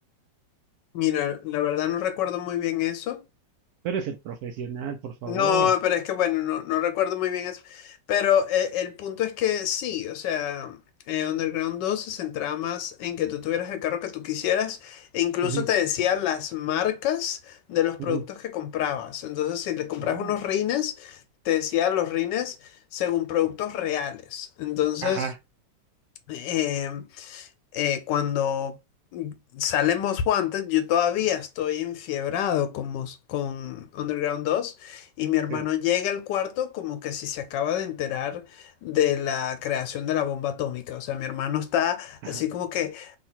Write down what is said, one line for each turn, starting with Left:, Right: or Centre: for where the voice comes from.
Left: Mira, la verdad no recuerdo muy bien eso.
Right: Pero es el profesional, por favor.
Left: No, pero es que bueno, no, no recuerdo muy bien eso. Pero eh, el punto es que sí, o sea, eh, Underground 2 se centraba más en que tú tuvieras el carro que tú quisieras e incluso
Right: Ujú,
Left: te decían las marcas de los productos
Right: ujú.
Left: que comprabas. Entonces, si le comprabas
Right: Oh,
Left: unos rines, te decía los rines según productos reales. Entonces...
Right: ajá,
Left: em, eh, cuando Salemos Wanted, yo todavía estoy enfiebrado con, Mos- con Underground 2 y mi hermano
Right: sí,
Left: llega al cuarto como que si se acaba de enterar de la creación de la bomba atómica. O sea, mi hermano está
Right: ajá.
Left: así como que,